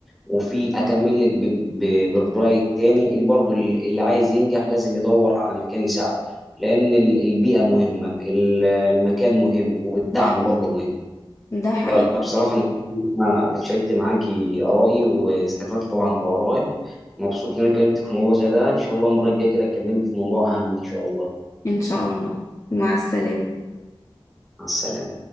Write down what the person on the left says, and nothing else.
ده حقيقي
ده حقيقي
إن شاء الله مع السلامة